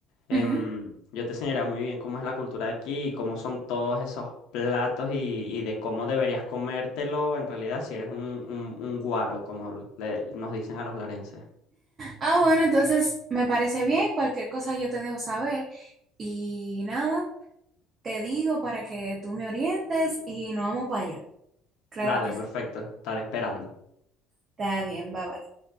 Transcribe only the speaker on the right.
ujú.
Ah, bueno, entonces me parece bien, cualquier cosa yo te dejo saber y nada, te digo para que tú me orientes y nos vamos para allá. Claro
que
sí.
Está bien, bye bye.